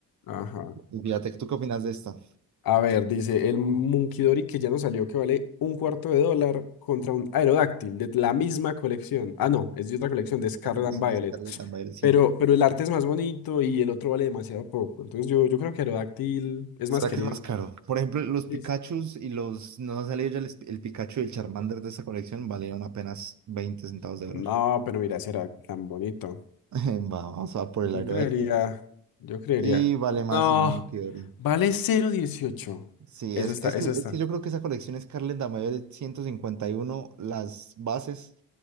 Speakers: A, on the left (about 70°); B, on the right (about 50°).
A: Ajá.
B: Y fíjate, ¿tú qué opinas de esta?
A: A ver, dice el Munkidori que ya nos salió que vale un cuarto de dólar contra un Aerodáctil de la misma colección. Ah, no, es de otra colección de Scarlet
B: De la colección
A: and Violet.
B: Scarlet and Violet
A: Pero, pero el arte es más bonito y el otro vale demasiado poco. Entonces yo, yo creo que Aerodáctil es
B: ¿Será
A: más querido.
B: que es más caro? Por ejemplo, los Pikachus
A: incluso.
B: y los... Nos ha salido ya el, el Pikachu y el Charmander de esta colección valieron apenas 20 centavos de dólar.
A: No, pero mira ese era tan bonito.
B: <laughs> Vamos a por
A: Yo
B: el Aerodactyl.
A: creería, yo creería.
B: Y vale más
A: No,
B: el Meteor.
A: vale cero dieciocho
B: Sí,
A: Eso
B: es,
A: está,
B: es
A: eso
B: que, es
A: está,
B: que yo creo que esa colección Scarlet Damayo de 151 las bases